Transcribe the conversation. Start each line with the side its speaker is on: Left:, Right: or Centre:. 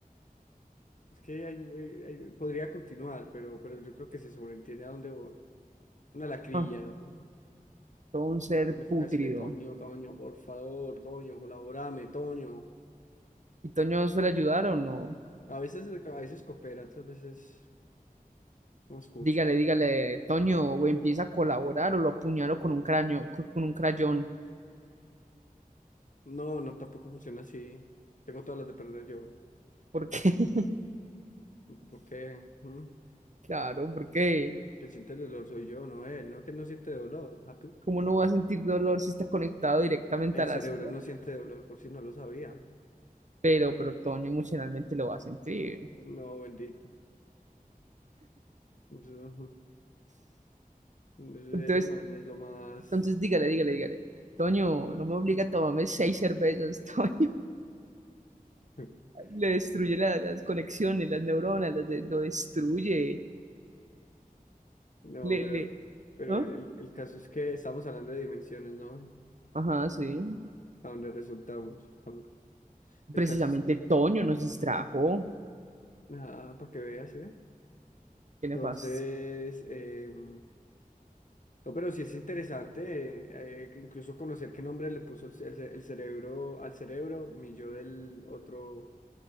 Left: Es que hay- hay- hay- podría continuar, pero, pero yo creo que se sobreentiende a dónde voy. Una lacrilla,
Right: ah,
Left: ¿no?
Right: todo un ser
Left: Entonces me
Right: pútrido.
Left: toca decirle, Toño, Toño, por favor, Toño, colaborame, Toño.
Right: ¿Y Toño suele ayudar o no?
Left: A veces, a veces coopera, otras veces no escucha.
Right: Dígale, dígale, Toño, o empieza a colaborar o lo apuñalo con un cráneo, con un crayón,
Left: No, no, tampoco funciona así. Tengo todas las de perder yo.
Right: porque <laughs>
Left: ¿Por qué? ¿Mm?
Right: Claro, porque
Left: Que siente el dolor soy yo, no él, no que él no siente dolor. Ah, pu-
Right: ¿cómo no va a sentir dolor si está conectado directamente
Left: eh, El
Right: a las...
Left: cerebro no siente dolor por si no lo sabía.
Right: Pero, pero Toño emocionalmente lo va a sentir.
Left: No, bendito. Eso- <laughs> Ese
Right: Entonces,
Left: ese man es lo más...
Right: entonces dígale, dígale, dígale. Toño, no me obliga a tomarme seis cervezas, <laughs> Toño.
Left: <laughs>
Right: Le destruye la- las conexiones, las neuronas, las de- lo destruye.
Left: No,
Right: Le,
Left: pero,
Right: le...
Left: pero
Right: ¿Ah?
Left: el, el caso es que estamos hablando de dimensiones, ¿no?
Right: Ajá, sí.
Left: A donde resultamos. Ah, El
Right: Precisamente
Left: caso es...
Right: Toño nos distrajo.
Left: Ah, para que veas, ¿eh?
Right: Qué nefasto.
Left: Entonces, em, No, pero sí es interesante, eh, eh, incluso conocer qué nombre le puso el, ce- el ce- el cerebro al cerebro, mi yo del otro